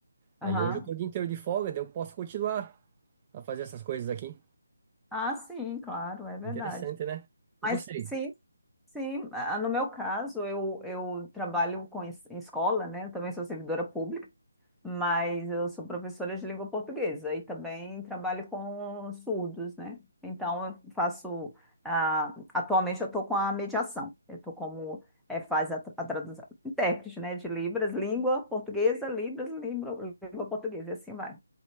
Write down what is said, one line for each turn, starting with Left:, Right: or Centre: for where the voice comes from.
Right: Aí
Centre: aham.
Right: hoje eu tô o dia inteiro de folga, daí eu posso continuar a fazer essas coisas aqui.
Centre: Ah, sim, claro, é verdade.
Right: Interessante, né?
Centre: Mas
Right: E você?
Centre: sim, sim. ah, No meu caso, eu, eu trabalho com es- em escola, né? Eu também sou servidora pública. mas eu sou professora de língua portuguesa e também trabalho com surdos, né? Então, eu faço. ah, atualmente, eu estou com a mediação. Eu estou como. É, faz a, a tradução, intérprete, né, de Libras, língua portuguesa, Libras, língua, língua portuguesa, e assim vai.